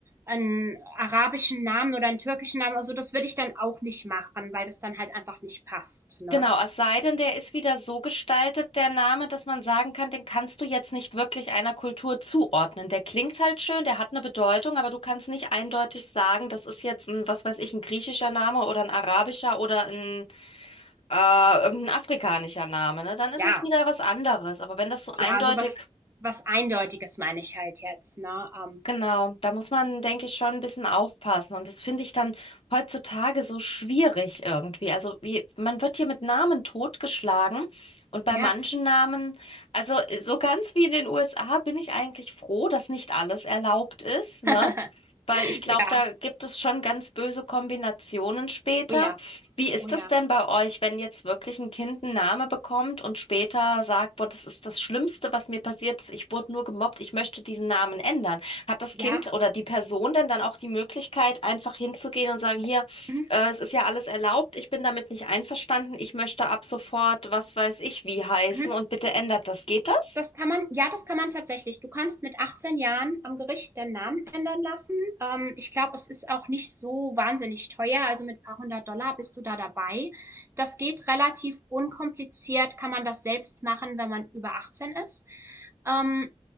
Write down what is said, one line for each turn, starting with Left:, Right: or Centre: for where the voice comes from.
Right: einen arabischen Namen oder einen türkischen Namen, also das würde ich dann auch nicht machen, weil das dann halt einfach nicht passt, ne?
Left: genau, es sei denn, der ist wieder so gestaltet, der Name, dass man sagen kann, den kannst du jetzt nicht wirklich einer Kultur zuordnen. Der klingt halt schön, der hat eine Bedeutung, aber du kannst nicht eindeutig sagen, das ist jetzt ein, was weiß ich, ein griechischer Name oder ein arabischer oder ein Äh, irgendein afrikanischer Name, ne? Dann ist
Right: Ja,
Left: es wieder was anderes. Aber wenn das so
Right: ja,
Left: eindeutig,
Right: sowas, was Eindeutiges meine ich halt jetzt, ne? Ähm,
Left: genau, da muss man, denke ich, schon ein bisschen aufpassen. Und das finde ich dann heutzutage so schwierig irgendwie. Also wie, man wird hier mit Namen totgeschlagen. Und bei
Right: ja.
Left: manchen Namen, also so ganz wie in den USA, bin ich eigentlich froh, dass nicht alles erlaubt ist,
Right: <laughs>
Left: ne? Weil ich glaube,
Right: Ja,
Left: da gibt es schon ganz böse Kombinationen später.
Right: oh ja,
Left: Wie ist
Right: oh ja.
Left: das denn bei euch, wenn jetzt wirklich ein Kind einen Namen bekommt und später sagt, boah, das ist das Schlimmste, was mir passiert ist, ich wurde nur gemobbt, ich möchte diesen Namen ändern. Hat das
Right: Ja.
Left: Kind oder die Person denn dann auch die Möglichkeit, einfach hinzugehen und sagen, hier,
Right: Mhm.
Left: äh, es ist ja alles erlaubt, ich bin damit nicht einverstanden, ich möchte ab sofort, was weiß ich, wie heißen
Right: Mhm.
Left: und bitte ändert das. Geht das?
Right: Das kann man ja, das kann man tatsächlich. Du kannst mit 18 Jahren am Gericht deinen Namen ändern lassen. Ähm, ich glaube, es ist auch nicht so wahnsinnig teuer. Also mit ein paar hundert Dollar bist du da dabei. Das geht relativ unkompliziert, kann man das selbst machen, wenn man über 18 ist. Ähm,